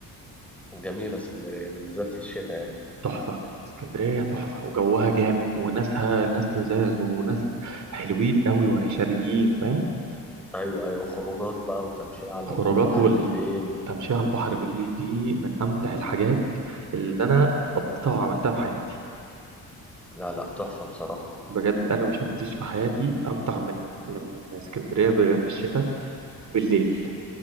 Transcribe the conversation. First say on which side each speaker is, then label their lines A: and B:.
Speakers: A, in the centre; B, on the right.
A: جميلة اسكندرية بالذات في الشتاء يعني
B: تحفة اسكندرية تحفة وجوها جامد وناسها ناس لذاذ وناس حلوين قوي وعشريين فاهم
A: ايوه ايوه خروجات بقى وتمشية على
B: خروجات
A: البحر
B: والتمشية
A: بالليل
B: على البحر بالليل دي من أمتع الحاجات اللي أنا قضيتها وعملتها في حياتي
A: لا لا تحفة بصراحة
B: بجد أنا ما شفتش في حياتي أمتع من من اسكندرية ب- في الشتاء بالليل